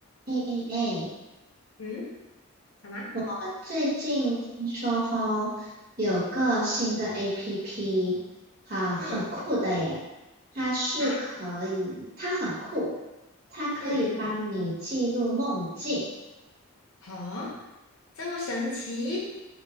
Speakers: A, on the right; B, on the left.
A: 哎哎，
B: 嗯，什么？
A: 我最近听说吼，有个新的 APP，哈，很酷的耶！
B: 嗯，
A: 它是可以，
B: 啊，
A: 它很酷，它可以帮你记录梦境。
B: 嗯嗯嗯，好，这么神奇？